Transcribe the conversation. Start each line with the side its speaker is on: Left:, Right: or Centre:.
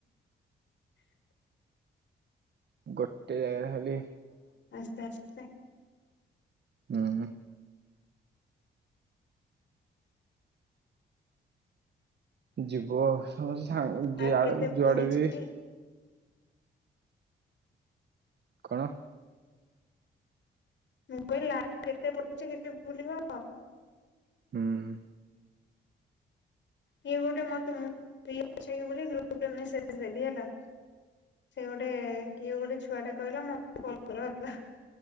Right: ଗୋଟ ଏଇଆ ଖାଲି
Left: ଲାଷ୍ଟରେ
Right: ଉଁ ଯିବ ସମସ୍ତେ ସାଙ୍ଗ
Left: ଲାଇଫ୍
Right: ଯିଆଡେ
Left: କେତେ
Right: ଯୁଆଡେ
Left: ପଡିଛି
Right: ବି କଣ?
Left: ମୁଁ କହିଲ ଲାଇଫ କେତେ ପଡଚି କେତେ ବୁଲିବ।
Right: ଉଁହୁଁ।
Left: କିଏ ଗୋଟେ ମତେ ମୁଁ ଫ୍ରି ଅଛକି ବୋଲି ଗ୍ରୁପରେ ମେସେଜ ଦେଲି ହେଲା ସେ ଗୋଟେ କିଏ ଗୋଟେ ଛୁଆଟେ କହିଲା ମତେ କଲ କର ହେଲା।